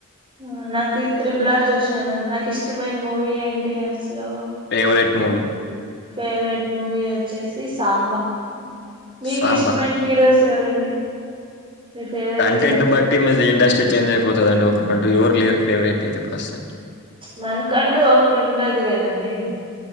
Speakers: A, on the right; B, on the left.
A: ఆ నాకి త్రిబుల్ఆర్ చూశాను నాకు ఇష్టమైన మూవీ ఏంటి అసలో
B: ఫేవరెట్ మూవీ
A: ఫేవరెట్ మూవీ వచ్చేసి సాంబా మీకు
B: సాంబా
A: ఇష్టమైన హీరోస్. ఎవరండి మీ ఫేవరెట్
B: కంటెంట్
A: హీరో
B: ను బట్టి మజీ ఇండస్ట్రీ చేంజ్ అయిపోతది అండి ఒకరంటూ యెవర్ లేర్ ఫేవరెట్ అయితే ప్రస్తుతానికి.
A: మనకంటూ ఒకటి ఉంటది కదండీ